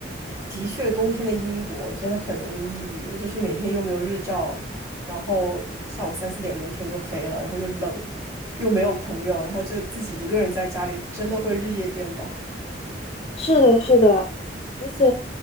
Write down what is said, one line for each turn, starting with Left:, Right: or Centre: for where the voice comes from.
Right: 的确冬天的英国真的很容易抑郁，就是每天又没有日照，然后下午三四点钟天就黑了，然后又冷，又没有朋友，然后就自己一个人在家里，真的会日夜颠倒。
Left: 是的，是的，而且